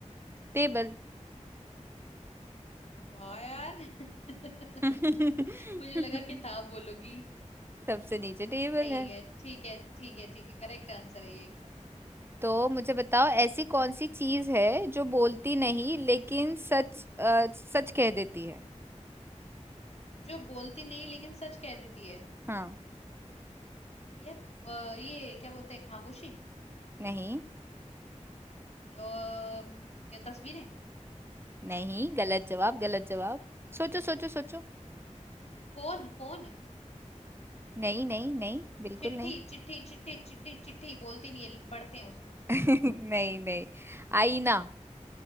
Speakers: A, on the right; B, on the left.
A: टेबल
B: वाह यार <laughs>
A: <laughs>
B: मुझे लगा किताब बोलोगी
A: सबसे नीचे टेबल
B: ठीक
A: है
B: है ठीक है ठीक है ठीक है करेक्ट आंसर है ये एकदम
A: तो मुझे बताओ ऐसी कौन सी चीज है जो बोलती नहीं
B: हम्म।
A: लेकिन सच अ, सच कह देती है
B: जो बोलती नहीं लेकिन सच कह देती है
A: हाँ
B: ये अ, ये क्या बोलते हैं खामोशी
A: नहीं
B: अम, क्या तस्वीरें
A: नहीं गलत जवाब गलत जवाब सोचो सोचो सोचो
B: Phone phone
A: नहीं नहीं नहीं बिल्कुल
B: चिट्ठी
A: नहीं
B: चिट्ठी चिट्ठी चिट्ठी चिट्ठी बोलती नहीं है पढ़ते हैं उसको
A: <laughs> नहीं नहीं आईना